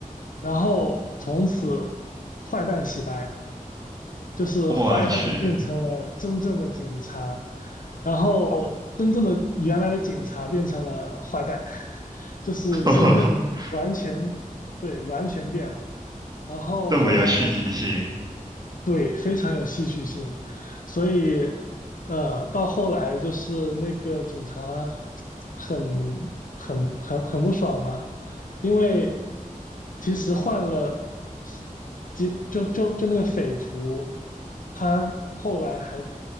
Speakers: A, on the left; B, on the right.
A: 然后从此坏蛋洗白，就是坏蛋变成了真正的警察，
B: 我去，
A: 然后真正的原来的警察变成了坏蛋，<laughs> 就是身份完全，
B: <laughs>
A: 对，完全变了。然后后来
B: 这么有戏剧性，
A: 对，非常有戏剧性，所以，呃，到后来就是那个警察很很很很不爽嘛，因为其实换了，几就就就那个匪徒，他后来还